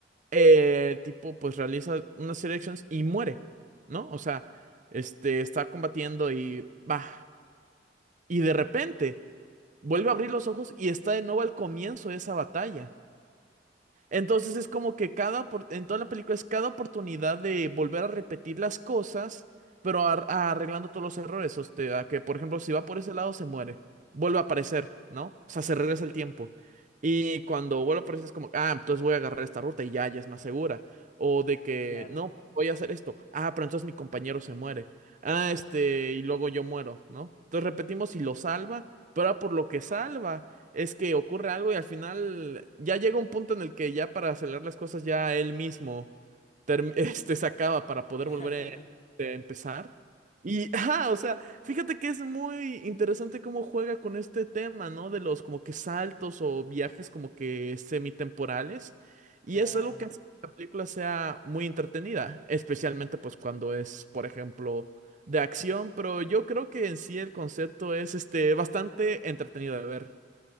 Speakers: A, on the right (about 45°); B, on the left (about 40°).
A: eh, el tipo pues realiza unas serie de acciones y muere, ¿no? O sea, este está combatiendo y va. Y de repente vuelve a abrir los ojos y está de nuevo al comienzo de esa batalla. Entonces es como que cada, opor- en toda la película es cada oportunidad de volver a repetir las cosas, pero ar- arreglando todos los errores. O sea, que por ejemplo, si va por ese lado, se muere. Vuelve a aparecer, ¿no? O sea, se regresa el tiempo. Y cuando vuelve a aparecer es como, ah, entonces voy a agarrar esta ruta y ya, ya es más segura. O de que,
B: claro.
A: no, voy a hacer esto. Ah, pero entonces mi compañero se muere. Ah, este, y luego yo muero, ¿no? Entonces repetimos y lo salva, pero ahora por lo que salva es que ocurre algo y al final ya llega un punto en el que ya para acelerar las cosas ya él mismo term- <laughs> este, se acaba para poder
B: <laughs>
A: volver a este, empezar. Y, ah, o sea, fíjate que es muy interesante cómo juega con este tema, ¿no? De los como que saltos o viajes como que semitemporales. Y
B: Claro.
A: es algo que hace que la película sea muy entretenida, especialmente pues cuando es, por ejemplo, de acción, pero yo creo que en sí el concepto es este bastante entretenido de ver.